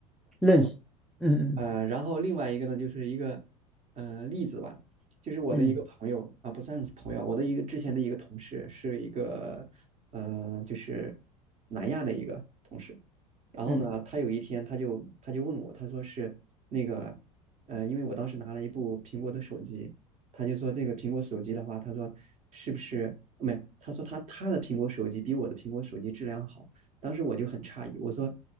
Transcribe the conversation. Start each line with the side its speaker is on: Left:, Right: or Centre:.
Centre: 认识，嗯嗯
Right: 呃，然后另外一个呢，就是一个呃例子吧，就是我的一个朋友啊，
Centre: 嗯
Right: 不算是朋友，我的一个之前的一个同事，是一个呃，就是南亚的一个同事。然后呢，
Centre: 嗯
Right: 他有一天他就他就问我，他说是那个呃，因为我当时拿了一部苹果的手机，他就说这个苹果手机的话，他说是不是没？他说他他的苹果手机比我的苹果手机质量好。当时我就很诧异，我说：